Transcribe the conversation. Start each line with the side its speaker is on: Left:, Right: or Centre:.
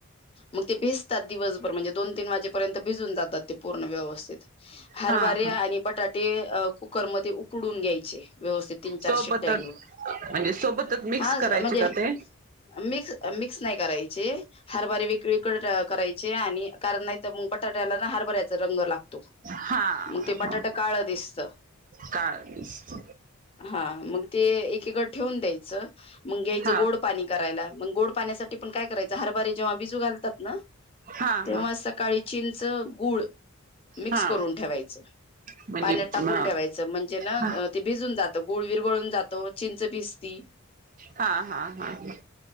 Left: मग ते भिजतात दिवसभर. म्हणजे दोन तीन वाजेपर्यंत भिजून जातात ते पूर्ण व्यवस्थित. हरभरे
Right: हा हा
Left: आणि बटाटे कुकरमध्ये उकडून घ्यायचे व्यवस्थित. तीन चार
Right: सोबतच
Left: शिट्ट्या घेऊन.
Right: म्हणजे सोबतच मिक्स
Left: हा
Right: करायचे
Left: म्हणजे
Right: का ते
Left: मिक्स मिक्स नाही करायचे. हरबारे वेगवेगळे टाक करायचे आणि कारण नाही तर मग बटाट्याला ना हारबऱ्याचा रंग लागतो.
Right: हा
Left: मग ते बटाट
Right: हा
Left: काळ दिसत.
Right: काळ मिक्स
Left: हा मग ते एकीकडे ठेवून द्यायचं. मग घ्यायचं
Right: हा
Left: गोड पाणी करायला. मग गोड पाण्यासाठी पण काय करायचं, हरबारे जेव्हा भिजू घालतात ना,
Right: हा हा
Left: तेव्हा सकाळी चींचं गूळ मिक्स
Right: हा
Left: करून ठेवायच.
Right: म्हणजे
Left: पाण्यात टाकून
Right: म
Left: ठेवायच. म्हणजे ना
Right: हा
Left: ते भिजून जात. गुळ वीरघळून जातो, चिंच भिजती.
Right: हा हा हा हा.